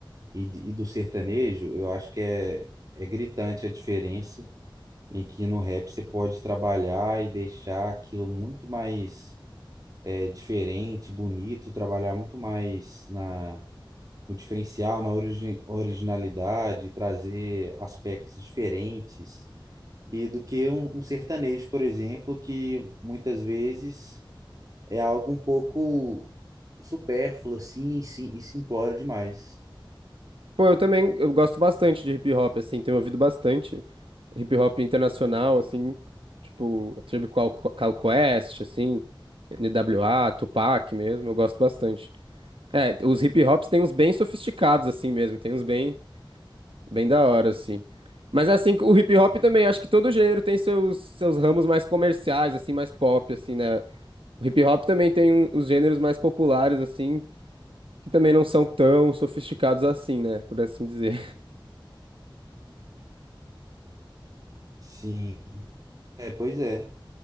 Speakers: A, on the right; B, on the right.
A: e, de- e do sertanejo, eu acho que é, é gritante a diferença em que no rap você pode trabalhar e deixar aquilo muito mais é, diferente, bonito, trabalhar muito mais na, no diferencial, na origi originalidade, trazer aspectos diferentes, e do que um, um sertanejo, por exemplo, que muitas vezes é algo um pouco supérfluo, assim, e sim- e simplório demais.
B: Pô, eu também eu gosto bastante de hip hop, assim, tenho ouvido bastante hip hop internacional, assim, tipo, a Tribe Called Called Quest, assim, NWA, Tupac mesmo, eu gosto bastante. É, os hip hops tem uns bem sofisticados assim mesmo, tem uns bem, bem da hora assim. Mas assim, o hip hop também, acho que todo gênero tem seus, seus ramos mais comerciais assim, mais pop assim, né? O hip hop também tem um- os gêneros mais populares assim, que também não são tão sofisticados assim, né, por assim dizer.
A: Sim, é, pois é.